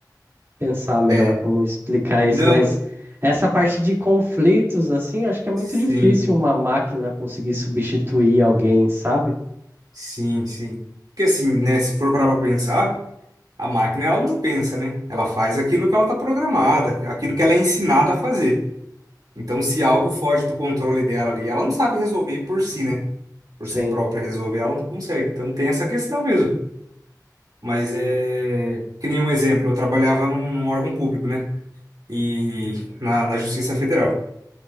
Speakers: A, on the right; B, on the right.
A: pensar melhor
B: É.
A: como explicar isso,
B: Não,
A: mas essa parte de conflitos, assim, acho que é muito
B: sim,
A: difícil uma máquina conseguir substituir alguém, sabe?
B: sim, sim. Porque, assim, né, se for parar pra pensar, a máquina, ela não pensa, né? Ela faz aquilo que ela tá programada, aquilo que ela é ensinada a fazer. Então, se algo foge do controle dela ali, ela não sabe resolver por si, né? Por
A: Sim.
B: si própria resolver, ela não consegue. Então, tem essa questão mesmo. Mas é. Que nem um exemplo, eu trabalhava num, num órgão público, né? E na, na Justiça Federal.